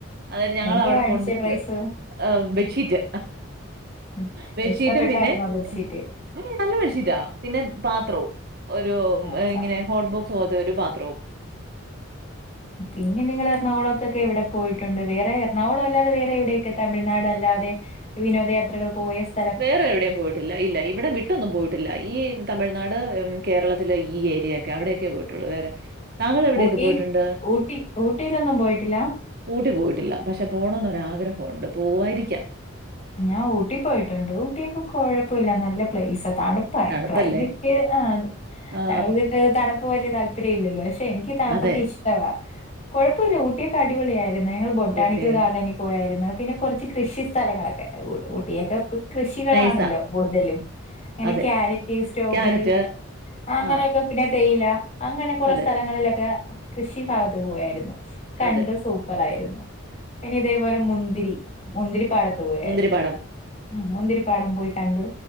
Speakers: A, on the right; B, on the left.
A: അതായത് ഞങ്ങളവിടെ
B: എന്തുവാ അടിച്ചേ
A: കൊണ്ടിക്ക്
B: പ്രൈസ്?
A: ബെഡ്ഷീറ്റ്
B: ഉം.
A: ബെഡ്ഷീറ്റും
B: ഇഷ്ടപ്പെട്ടായിരുന്നോ
A: പിന്നെ
B: ബെഡ്ഷീറ്റ്?
A: ഹ്മ്മ് നല്ല ബെഡ്ഷീറ്റാ പിന്നെ പാത്രവും ഒരു
B: മാത്രം.
A: ഇങ്ങനെ ഹോട്ട് ബോക്സ് പോലത്തെ ഒര് പാ ലോ <inaudible>
B: പിന്നെ നിങ്ങള് എറണാകുളത്തൊക്കെ എവടെ പോയിട്ടുണ്ട് വേറെ എറണാകുളം അല്ലാതെ വേറെ എവിടെക്കാ തമിഴ്നാട് അല്ലാതെ വിനോദയാത്രകള് പോയ സ്ഥ
A: വേറെ എവിടിം പോയി ഇല്ല ഇല്ല ഇവടെ വിട്ടൊന്നും പോയിട്ടില്ല, ഈ തമിഴ്നാട് കേരളത്തിലെ ഈ ഏരിയ ക്കെ അവടെക്കെ പോയിട്ടൊള്ളൂ വേറെ താങ്കൾ എവിടെയൊക്കെ
B: ഊട്ടി,
A: പോയിട്ടുണ്ട്
B: ഊട്ടി, ഊട്ടിലൊന്നും പോയിട്ടില്ലാ
A: ഊട്ടി പോയിട്ടില്ല പക്ഷെ പോണംന്നൊരു ആഗ്രഹം ഉണ്ട് പോവായിരിക്കാം
B: ഞാൻ ഊട്ടി പോയിട്ടുണ്ട്. ഊട്ടിയൊക്കെ കൊഴപ്പമില്ല നല്ല പ്ലേയ്സാ തണു പ്പാ
A: തണുപ്പല്ലേ
B: ക്ലൈമറ്റ് ആഹ്
A: ആ
B: താങ്കൾക്ക് തണപ്പ് വല്യ താല്പര്യം ഇല്ലല്ലോ പക്ഷെ ഇൻ ഇന്ക്ക് തണപ്പൊക്കെ
A: അതെ
B: ഇഷ്ടവാ കൊഴപ്പല്ല ഊട്ടിയൊക്കെ അടിപൊളിയായിരുന്നു ഞങ്ങള് ബൊട്ടാണിക്കൽ
A: ഓക്കെ
B: ഗാർഡന് പോയായിരുന്നു. പിന്നെ കൊറച്ച് കൃഷി സ്ഥലങ്ങളൊക്കെ ഊ ഊട്ടിയൊക്കെ പ് പോ കൃഷികളാണല്ലോ
A: നൈസാ
B: കൂടുതലും ഇങ്ങനെ
A: അതെ
B: ക്യാരറ്റ് സ്ട്രോബെറി
A: ക്യാരറ്റ്
B: അങ്ങനെയൊക്കെ
A: ആ
B: പിന്നെ തേയില അങ്ങനെ കൊറെ
A: അതെ
B: സ്ഥലങ്ങളിലൊക്കെ കൃഷി ഭാഗത്ത് പോയായിരുന്നു കണ്ട്
A: അതെ
B: സൂ പ്പറായിരുന്നു. പിന്നെ ഇതേപോലെ മുന്തിരി മുന്തിരിപ്പാടത്ത് പോയായിരുന്നു
A: മുന്തിരിപ്പാടം
B: ഹ്മ്മ് മുന്തിരിപ്പാടം പോയി കണ്ടു,